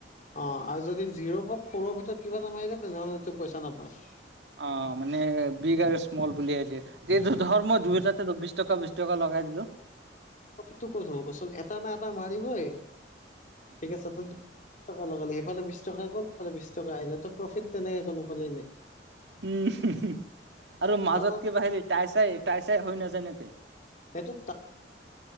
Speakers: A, on the left; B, on the right.
A: অ', আৰু যদি জিৰ' পৰা ফ'ৰৰ ভিতৰত কিবা নমাৰ দে তেনেহ'লে পইচা নাপাৱ।
B: অ', মানে বিগ আৰু স্মল বুলিছে যিহেত ধৰ্ম দুয়টাতে কা বিছ টকা লগাই দিব
A: টো ক'ত হ'ল কচোন এটা না এটা মাৰিবই ঠিক আছে ত বিশ টকা লগালে সিফালে বিশ টকা গ'ল সিফালে বিশ টকা আহিল তো প্ৰফিট তেনেকে কোনো ভলে ন <unintelligible>
B: উম আৰু মাজত
A: বা তাত
B: কিবা হেৰি টাই চাই, টাই চাই হৈ নজনাকে
A: সেইটো